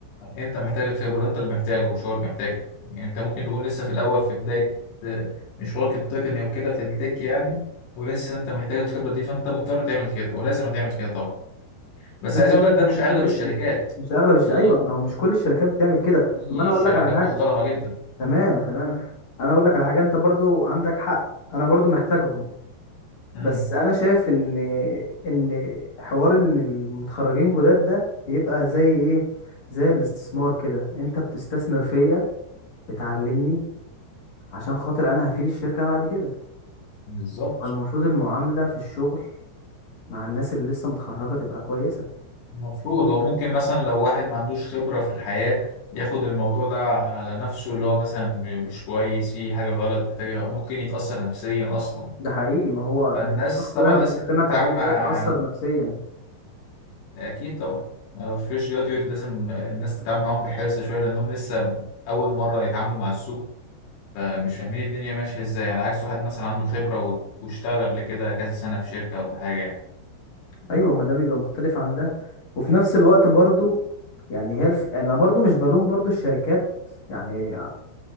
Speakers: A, on the left (about 80°); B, on the left (about 50°).
A: انت محتاج الخبره انت اللي محتاجه مش هو اللي محتاجه يعني انت ممكن تكون لسه في الاول في بدايه آه، مشوارك التقني وكده في التك يعني ولسه انت محتاج الخبره دي فانت مضطر تعمل كده ولازم هتعمل كده طبعا بس
B: ماشي
A: عايز
B: بس
A: اقول لك ده مش
B: كل
A: اغلب
B: الناس
A: الشركات
B: بي... مش اغلب الش...
A: في
B: ايوه ما هو مش كل الشركات بتعمل كده
A: في
B: طب ما انا اقول
A: شركات
B: لك على حاجة
A: محترمه جدا
B: تمام تمام انا اقول لك على حاجة انت برضو عندك حق انا برضو محتاجهم
A: امم
B: بس انا شايف ان ان حوار ان المتخرجين جداد ده بيبقى زي ايه زي الاستثمار كده انت بتستثمر فيا بتعلمني عشان خاطر انا هفيد الشركة بعد كده
A: بالظبط
B: المفروض المعاملة في الشغل مع الناس اللي لسه متخرجة تبقى كويسة
A: المفروض هو ممكن مثلا لو واحد ما عندوش خبرة في الحياة ياخد الموضوع ده على نفسه اللي هو مثلا م- مش كويس فيه حاجة غلط محتاج ممكن يتأثر نفسيا أصلا
B: ده حقيقي ما هو
A: فالناس
B: الشخص
A: طبعا
B: اللي انا بكلمك
A: لازم تتعامل
B: عليه ده
A: مع
B: تأثر نفسيا
A: أكيد طبعا ما فيش جراديويت لازم الناس تتعامل معاهم بحرص شوية لأنهم لسه أول مرة يتعاملوا مع السوق فمش فاهمين الدنيا ماشية ازاي على عكس واحد مثلا عنده خبرة و- واشتغل قبل كده كذا سنة في شركة ولا حاجة يعني
B: ايوه ما ده بيبقى مختلف عن ده وفي نفس الوقت برضو يعني هي الف... انا برضو مش بلوم برضو الشركات يعني